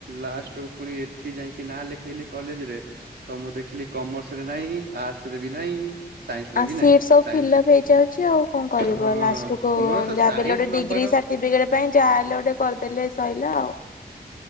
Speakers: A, on the right; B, on the left.
A: ଲାଷ୍ଟକୁ ପୁଣି ଏଠି ଯାଇକି ନାଁ ଲେଖେଇଲି କଲେଜରେ ତ ମୁଁ ଦେଖିଲି କମେର୍ସରେ ନାହିଁ ଆର୍ଟ୍ସରେ ବି ନାହିଁ। ସାଇନ୍ସ ରେ
B: ଆଉ
A: ବି
B: ସିଟ‌୍
A: ନାହିଁ
B: ସବୁ
A: ସାଇନ୍ସ
B: ଫିଲ୍ଅପ ହେଇଯାଉଛି ଆଉ କଣ। କରିବ,
A: ହଁ
B: ଲାଷ୍ଟ କୁ
A: ମୋର ତ
B: ଯାହା
A: ସାଇନ୍ସ
B: ବୋଲେ ଗୋଟେ
A: ନମ୍ବର
B: ଡିଗ୍ରୀ ସାର୍ଟିଫିକେଟ ପାଇଁ ଯାହାହଲେ ଗୋଟେ କରିଦେଲେ ସରିଲା